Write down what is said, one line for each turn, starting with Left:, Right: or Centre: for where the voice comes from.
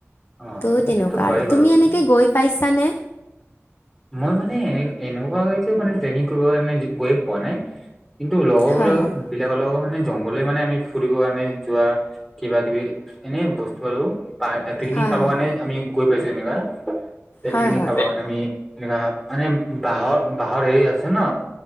Centre: অ
Left: ত'
Centre: এইটোতো
Left: তেনেকুৱা
Centre: হয়ে
Left: আৰু
Centre: বাৰু
Left: তুমি এনেকে গৈ পাইছানে
Centre: মই মানে এনে এনেকুৱাকে মানে ট্ৰেকিং কৰিব কাৰণে গৈ পোৱা নাই কিন্তু লগৰবোৰক
Left: হয় হয়
Centre: বিলাকৰ লগৰ মানে। মানে জংঘলে মানে আমি ফুৰিব আমি যোৱা কিবা কিবি এনে বস্তু আৰু পিকনিক
Left: হয়
Centre: খাবৰ
Left: হয়
Centre: কাৰণে আমি গৈ পাইছোঁ তেনেকুৱা
Left: হয়
Centre: পিকনিক
Left: হয়
Centre: খাবৰ কাৰণে আমি এনেুৱা মানে বাঁহৰ বাঁহৰ হেৰি আছে ন